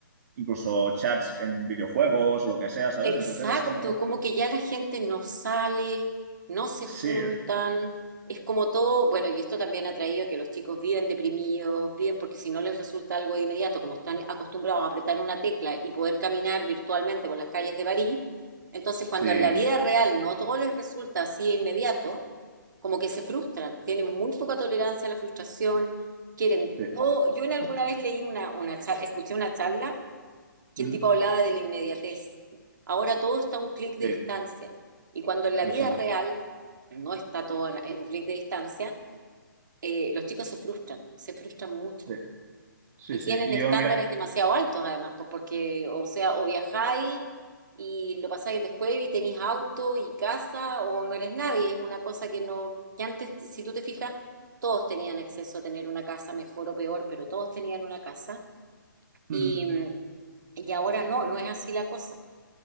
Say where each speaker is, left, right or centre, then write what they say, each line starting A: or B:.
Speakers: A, on the right; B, on the right.
A: incluso chats en videojuegos o lo que sea, ¿sabes?
B: Exacto,
A: Entonces es como,
B: como que ya la gente no sale, no se
A: sí,
B: juntan,
A: es-
B: es como todo, bueno, y esto también ha traído a que los chicos viven deprimidos, viven porque si no les resulta algo de inmediato, como están acostumbrados a apretar una tecla y poder caminar virtualmente por las calles de París, entonces cuando
A: sí,
B: en la vida real no todo les resulta así de inmediato, como que se frustran, tienen muy poca tolerancia a la frustración, quieren
A: sí,
B: todo. Yo en alguna vez leí una, una charla, escuché una charla que
A: Ujú.
B: el tipo hablaba de la inmediatez. Ahora todo está a un clic de
A: sí,
B: distancia. Y cuando en la
A: exacto,
B: vida real no está todo en, en un clic de distancia, eh, los chicos se frustran, se frustran mucho.
A: sí, sí,
B: Y
A: sí.
B: tienen
A: Y
B: estándares
A: yo, mira,
B: demasiado altos además, pues porque, o sea, o viajáis y lo pasáis en la escuela y tenéis auto y casa, o no eres nadie. Es una cosa que no, que antes, si tú te fijas, todos tenían acceso a tener una casa, mejor o peor, pero todos tenían una casa. Y,
A: Ujú.
B: mm, y ahora no, no es así la cosa.